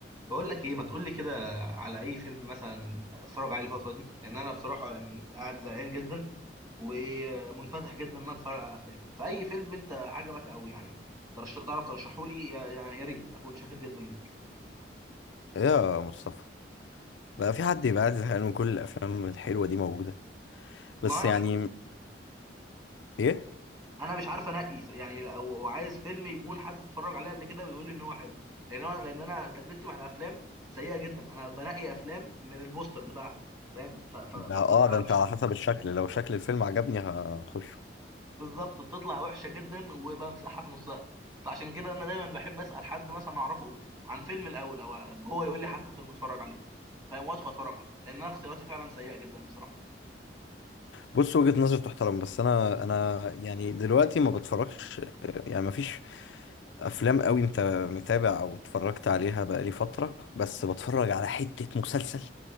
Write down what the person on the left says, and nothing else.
يا مصطفى بقى في حد يبقى قاعد زهقان وكل الافلام الحلوه دي موجوده
بس
يعني
ايه
ده اه ده
انت على حسب الشكل لو شكل الفيلم عجبني هخشه
بص وجهة نظر تحترم بس انا انا يعني دلوقتي ما بتفرجش يعني ما فيش افلام قوي انت متابع او اتفرجت عليها بقالي فتره بس بتفرج على حته مسلسل